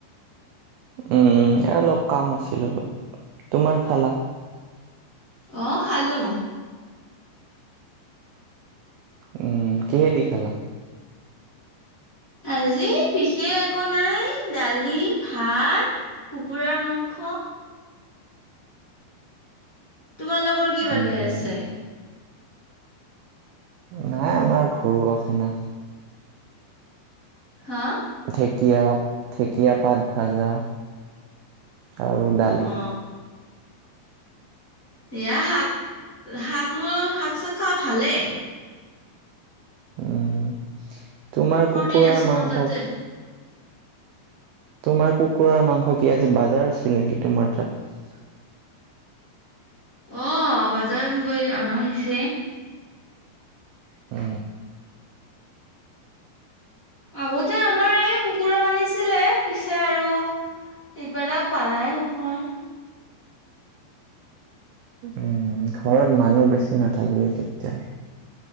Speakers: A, on the right; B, on the left.
A: উম, অলপ কাম আছিল অলপ, তোমাৰ খালা?
B: আহ খালো।
A: উম কিহে দি খালা?
B: আজি বিশেষ একো নাই দালি, ভাত, কুকুৰাৰ মাংস তোমাৰ লগৰ কি মানে
A: উম
B: আছে?
A: নাই আমাৰ ঘৰুৱাখানা।
B: হা?
A: ঢেকীয়া, ঢেকীয়া পাত ভাজা আৰু দালি
B: অ এয়া শাক, শাক ম শাক চাক খা ভালে।
A: উম। তোমাৰ
B: প্ৰটিন
A: কুকুৰাৰ
B: আছে
A: মাংস
B: ন তাতে
A: তোমাৰ কুকুৰাৰ মাংস কি আজি বাজাৰ আছিল নেকি তোমাৰ তাত?
B: অ বাজাৰত গৈলে অনা হৈছে।
A: অ।
B: আগতে আমাৰ এই কুকুৰা পালিছিলে পিছে আৰু সেইবিলাক পালাই নহয়।
A: উম ঘৰত মানুহ বেছি নাথাকিলে তেতিয়া